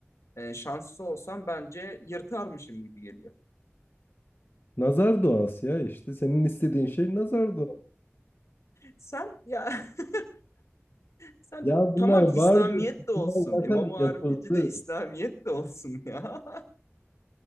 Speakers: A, on the left; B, on the left.
A: e, şanslı olsam bence yırtarmışım gibi geliyor.
B: Nazar duası ya işte senin istediğin şey nazar duası.
A: Sen ya <laughs> Sen
B: Ya bunlar
A: tamam
B: vardı.
A: İslamiyet de olsun.
B: Bunlar zaten
A: MMORPG
B: yapıldı.
A: de İslamiyet de olsun ya.